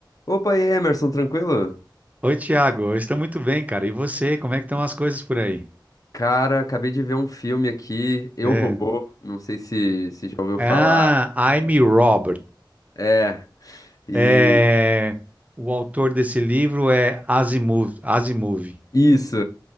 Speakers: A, on the left; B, on the right.
A: Opa, e aí, Emerson, tranquilo?
B: Oi, Thiago, eu estou muito bem, cara. E você, como é que estão as coisas por aí?
A: Cara, acabei de ver um filme aqui, Eu,
B: É.
A: Robô, não sei se, se já ouviu falar.
B: Ah, I'm
A: É,
B: Robert.
A: é, e
B: É, O autor desse livro é Asimov. Asimov.
A: isso.